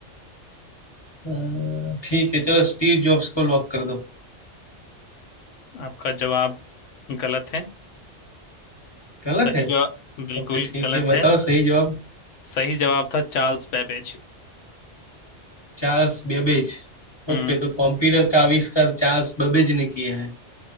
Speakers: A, on the left; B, on the left.
A: अ, ठीक है चलो स्टीव जॉब्स को लॉक कर दो
B: आपका जवाब गलत है
A: गलत
B: सही
A: है
B: जवाब बिल्कुल
A: ओके ठीक
B: गलत
A: है बताओ
B: है
A: सही जवाब
B: सही जवाब था चार्ल्स बेबेज
A: Charles Babbage
B: हम्म
A: ओके तो कंप्यूटर का आविष्कार चार्ल्स बेबेज ने किया है